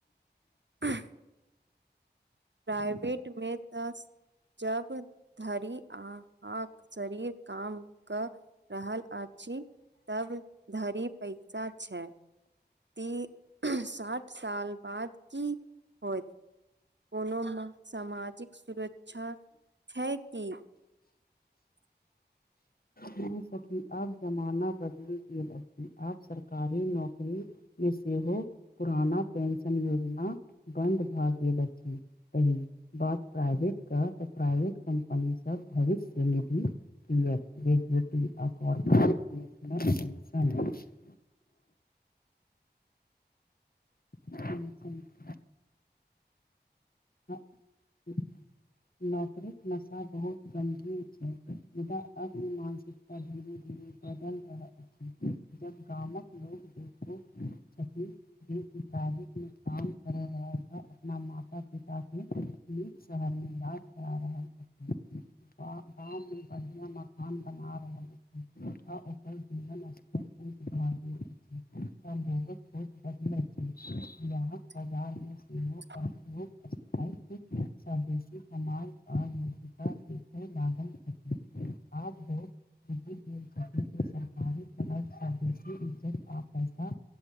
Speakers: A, on the right; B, on the left.
A: <unintelligible> प्राइवेटमे तऽ जब धरि आहाँ कऽ शरीर काम कऽ रहल अछि तब धरि पैसा छै ती <unintelligible> साठि साल बाद की होइत कोनोमे सामाजिक सुरक्षा छै कि
B: नै सखी आब जमाना बदलि गेल अछि आब सरकारी नौकरी मे सेहो पुराना पेंशन योजना बन्द भए गेल अछि। बात प्राइवेटके तऽ प्राइवेट कम्पनीसभ भविष्य निधि <unintelligible> <unintelligible> <unintelligible> नौकरीके नशा बहुत गंभीर छै मुदा अब मानसिक धीरे धीरे बदल रह अछि। जब गामक लोग देखो छथि एक मुताबिक मे काम कर रह अपना माता पिता केँ निक शहर मे इलाज करा रहल छथि। गाँव में बढ़िया मकान बना रहले है। <unintelligible> गेल अछि तऽ लोगक सोच बदलैत छै बिहारक
A: <unintelligible>
B: बाजार मे सेहो आब लोक स्थायित्व <unintelligible> देखय लागल छथि आब बहुत बुझि गेल छथि जे सरकारी क्लब सँ इज्जत आ पैसा